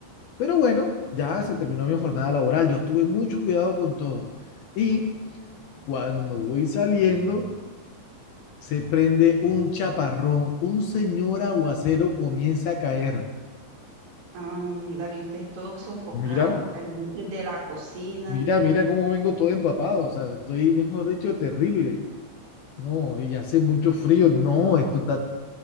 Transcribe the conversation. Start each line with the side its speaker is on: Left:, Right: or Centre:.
Left: Pero bueno, ya se terminó mi jornada laboral. Yo tuve mucho cuidado con todo. Y cuando voy saliendo, se prende un chaparrón. Un señor aguacero comienza a caer.
Right: ándale, y ustedes todos sofocados,
Left: Mira,
Right: calientes de la cocina.
Left: mira, mira cómo vengo todo empapado. O sea, estoy, mejor dicho, terrible. No, y hace mucho frío. No, esto está